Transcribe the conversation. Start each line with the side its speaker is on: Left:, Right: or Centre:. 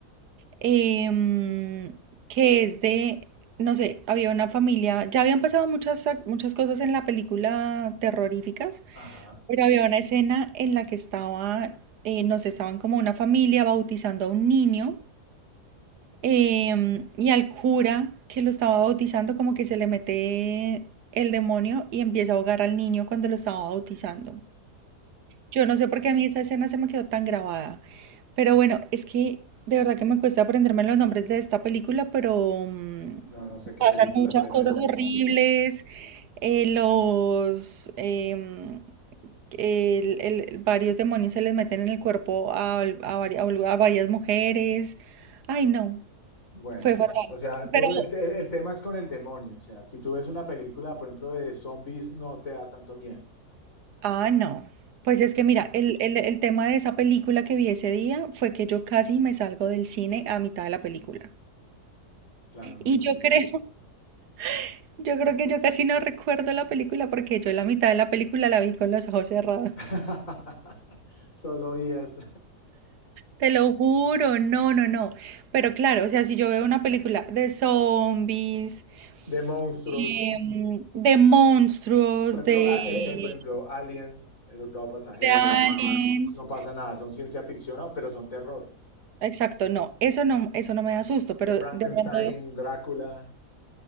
Right: em, que es de, no sé, había una familia, ya habían pasado muchas, ac- muchas cosas en la película terroríficas,
Left: Ajá.
Right: pero había una escena en la que estaba, eh, no sé, estaban como una familia bautizando a un niño. Em, y al cura que lo estaba bautizando, como que se le mete el demonio y empieza a ahogar al niño cuando lo estaba bautizando. Yo no sé por qué a mí esa escena se me quedó tan grabada. Pero bueno, es que de verdad que me cuesta aprenderme los nombres de esta película, pero mm,
Left: No, no sé qué
Right: pasan
Left: película
Right: muchas
Left: será
Right: cosas
Left: esa.
Right: horribles. eh, los em, el- el- varios demonios se les meten en el cuerpo a, a vari- a varias mujeres. Ay, no.
Left: Bueno,
Right: Fue fatal.
Left: o sea, tú-
Right: Pero,
Left: el, te- el tema es con el demonio. O sea, si tú ves una película, por ejemplo, de zombies, no te da tanto miedo.
Right: ah, no. Pues es
Left: O
Right: que mira, el, el, el tema de esa película que vi ese día fue que yo casi me salgo del cine a mitad de la película.
Left: claro, no
Right: Y
Left: resistes.
Right: yo creo, <laughs> yo creo que yo casi no recuerdo la película porque yo la mitad de la película la vi con los ojos cerrados. <laughs>
Left: <laughs> Solo días.
Right: Te lo juro, no, no, no. Pero claro, o sea, si yo veo una película de zombies,
Left: de monstruos.
Right: em, de monstruos,
Left: Por ejemplo,
Right: de,
Left: a- eh, eh, por ejemplo, Aliens, El octavo pasajero,
Right: de aliens.
Left: las de- no pasa nada, son ciencia ficción, no, pero son terror.
Right: Exacto, no, eso no, eso no me da susto,
Left: Eh,
Right: pero
Left: Frankenstein,
Right: de pronto,
Left: Drácula,